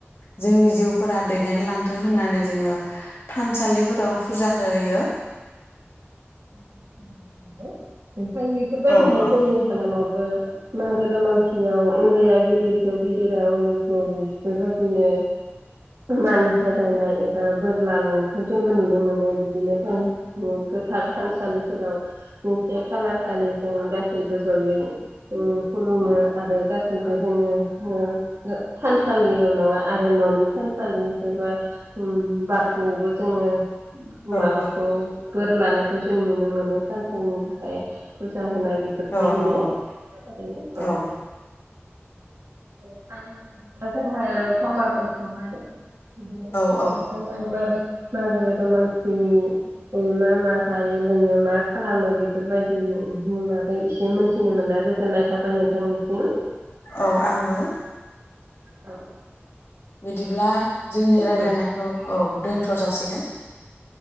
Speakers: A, on the left (about 60°); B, on the right (about 80°).
A: जोंनि जिउ फोरा दैदेनलांथों होननानै जोङो थानसालि। फोराव फुजा होयो।
B: <unintelligible> नोंथां बेफोरबायदिनो
A: औ औ
B: जोंनि हालामाव। बो मागो दामासियाव उन्दैया गिदिरखौ गिदिरा उन्दैखौ बेबायदिनो मान होलायनाय एबा बोर लालायनायखौ जोंबो नुनो मोनो बिदिनो। था-थानसालिफोराव मोनसे खालार खालि जों गासैबो जयै खुलुमो आरो गासैबो जोङो थानसालि नङा आरो ननि थानसालि एबा बाथौबो। जोङो माबाखौ
A: औ
B: बोर लानो जों नुनो मोनो सानसेनि थाखाय फुजा होनाय। बेफोरबायदिनो
A: औ नंगौ
B: औ।
A: औ
B: नोंथां दा जोङो समाबो जोबथबाय। बिदिनो
A: औ
B: नोंथांजों
A: औ
B: आं मागो मागो दमासिनि मा मा? जायो लोङो मा खालामो बेफोरबायदि माबै एसे मोनथिनो मोना गोजोननाय थाबाय नोंथांनिसिम।
A: औ आंबो।
B: औ
A: बिदिब्ला जोंनि राय्लायनायखौ
B: औ
A: औ दोनथ‌ जासिगोन।